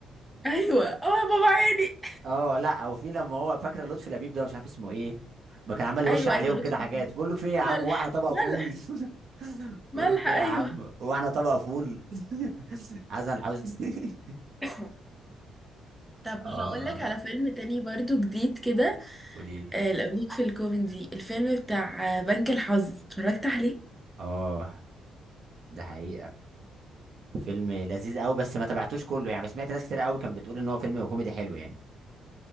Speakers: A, in the centre; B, on the right.
A: ايوه اه يا بابا عيني
B: اه لا وفي لما هو فاكره لطفي لبيب ده مش عارف اسمه ايه ما كان عمال يرش
A: ايوه
B: عليهم
A: ايوه لوتي
B: كده
A: العيون
B: حاجات بيقول له في ايه يا
A: ملح
B: عم واحنا طبق
A: ملح
B: فول <laughs> بيقول
A: ملح
B: له في
A: ايوه
B: ايه يا عم واحنا طبق فول <laughs> حسن حسني <laughs>
A: <coughs> طب
B: اه
A: هقول لك على فيلم تاني برضو جديد كده
B: قولي لي
A: آه، لو ليك في الكوميدي الفيلم بتاع آه، بنك الحظ اتفرجت عليه
B: اه ده حقيقة فيلم لذيذ قوي بس ما تابعتوش كله يعني سمعت ناس كتير قوي كانت بتقول ان هو فيلم كوميدي حلو يعني